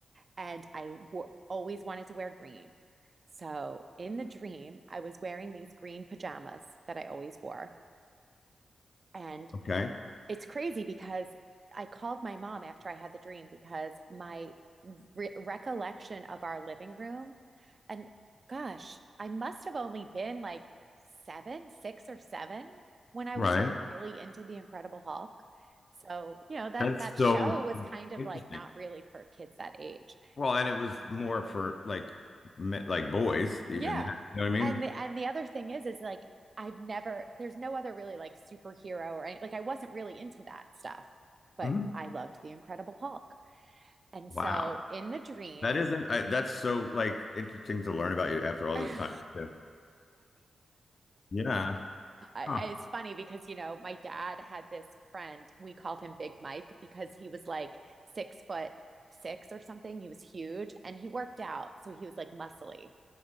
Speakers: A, on the right; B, on the left.
A: And I w- always wanted to wear green. So in the dream, I was wearing these green pajamas that I always wore and
B: Okay.
A: it's crazy because I called my mom after I had the dream because my re- recollection of our living room, and gosh, I must have only been like seven, six or seven when I
B: Right.
A: was re- really into The Incredible Hulk. So, you know, that
B: That's
A: that
B: so
A: show was kind of
B: interesting.
A: like not really for kids that age.
B: Well, and it was more for like me- like boys, even
A: Yeah.
B: that. You know what I
A: And
B: mean?
A: the and the other thing is is like I've never there's no other really like superhero or any like I wasn't really into that stuff, but
B: Mhm.
A: I loved the Incredible Hulk. And
B: Wow.
A: so in the dream,
B: That isn't I, that's so like interesting to learn about you after
A: <laughs>
B: all
A: right?
B: this time too. Yeah.
A: I-
B: Huh.
A: it's funny because you know my dad had this friend we called him Big Mike because he was like six foot six or something. He was huge and he worked out, so he was like muscly.